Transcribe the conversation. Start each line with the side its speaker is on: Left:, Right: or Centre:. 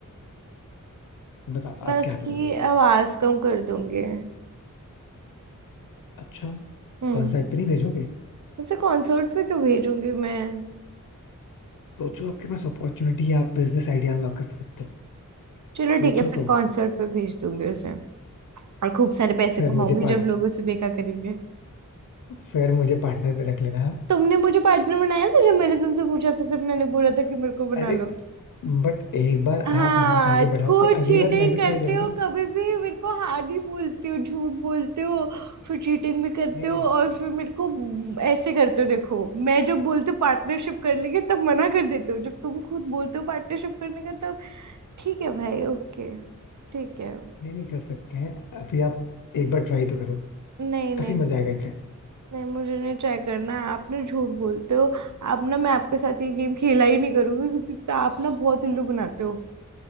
Left: बताओ
Right: मैं
Left: आप
Right: उसकी
Left: क्या करोगे उसमें
Right: आवाज कम कर दूंगी
Left: अच्छा
Right: हम्म
Left: कॉन्सर्ट पे नहीं भेजोगे
Right: उसे कॉन्सर्ट पे क्यों भेजूंगी मैं
Left: सोचो आपके पास अपॉर्चुनिटी है आप बिजनेस आइडिया अनलॉक कर सकते हो
Right: चलो
Left: सोचो
Right: ठीक है फिर
Left: तो
Right: कॉन्सर्ट पे भेज दूंगी उसे और खूब सारे पैसे
Left: फिर
Right: कमाऊंगी
Left: मुझे पार्ट
Right: जब लोग उसे देखा करेंगे
Left: फिर मुझे पार्टनर में रख लेना
Right: तुमने मुझे पार्टनर बनाया था जब मैंने तुमसे पूछा था तब मैंने बोला था कि मेरे को बना
Left: अरे
Right: लो
Left: बट एक बार
Right: हाँ
Left: आप हाथ आगे बढ़ाओ
Right: खुद
Left: फिर अगली
Right: चीटिंग
Left: बार मैं भी
Right: करते
Left: ट्राई करूंगा
Right: हो
Left: ना
Right: कभी भी मेरे को हाँ नहीं बोलते हो झूठ बोलते हो फिर चीटिंग भी करते
Left: नहीं
Right: हो
Left: नहीं
Right: और फिर मेरे को ऐसे करते हो देखो मैं जब बोलती हूँ पार्टनरशिप कर लेंगे तब मना कर देते हो जब तुम खुद बोलते हो पार्टनरशिप करने का तब ठीक है भाई ओके ठीक है
Left: नहीं नहीं कर सकते हैं अभी आप एक बार ट्राई तो करो
Right: नहीं नहीं
Left: काफी मजा आएगा इनफैक्ट
Right: नहीं मुझे नहीं ट्राई करना है आप ना झूठ बोलते हो अब ना मैं आपके साथ ये गेम खेला ही नहीं करूंगी क्योंकि तो आप ना बहुत उल्लू बनाते हो